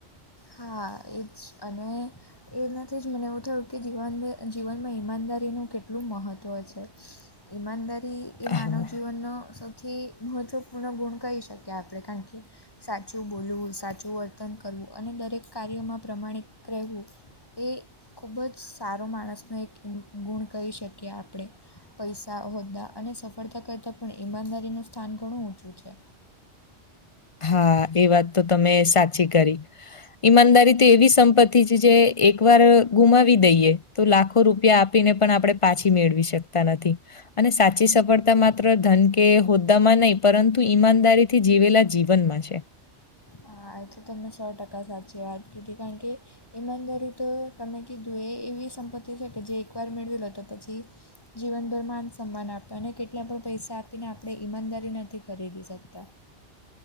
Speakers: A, on the left (about 20°); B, on the left (about 40°).
A: હા એજ અને એનાથી જ મને એવું થયું કે જીવનને જીવનમાં ઈમાનદારીનું કેટલું મહ ત્વ છે ઈમાનદારી એ માનવ
B: હા
A: જીવનનો સૌ થી મહત્ત્વપૂર્ણ ગુણ કહી શકે આપણે કારણ કે સાચું બોલવું સાચું વર્તન કરવું અને દરેક કાર્યોમાં પ્રમાણિત રહેવું એ ખૂબ જ સારો માણસનો એક ઈમ ગુણ કહી શકીએ આપણે. પૈસા હોદ્દા અને સફળતા કરતાં પણ ઈમાનદારીનું સ્થાન ઘણું ઊંચું છે.
B: હા
A: તો તમે સાચી કરી ઈમાનદારી તો એવી સંપત્તિ છે જે એકવાર કરી દઈએ તે
B: એ વાત તો તમે સાચી કરી ઈમાનદારી તો એવી સંપતિ છે જે એક વાર ગુમાવી દઈએ તો લાખો રૂપિયા આપીને પણ આપણે પાછી મેળવી શકતા નથી. અને સા સાચી સફળતા માત્ર ધન કે હોદ્દામાં નહી પરંતુ ઈમાનદારી થી જીવેલા જીવનમાં છે.
A: હા એ તો તમે સો ટકા સાચી વાત કીધી કારણ કે ઈમાનદારી તો તમે કીધું એ એવી સંપત્તિ છે કે જે એકવાર મેળવી લો તો પછી જીવનભર માન સન્માન આપતા અને કેટલા પણ પૈસા આપીને આપણે ઈમાનદારી નથી ખરીદી શકતા.